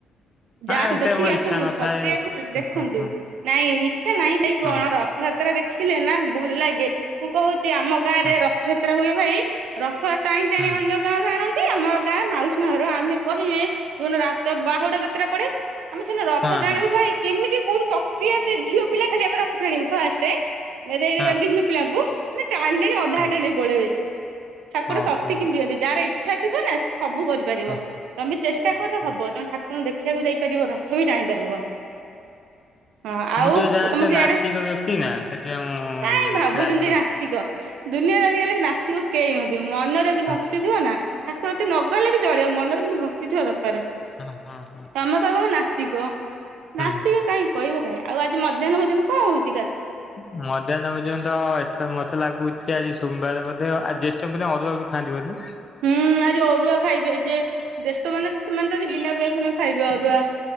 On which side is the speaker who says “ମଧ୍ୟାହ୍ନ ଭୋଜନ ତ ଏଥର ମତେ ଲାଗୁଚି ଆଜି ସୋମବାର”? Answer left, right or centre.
Left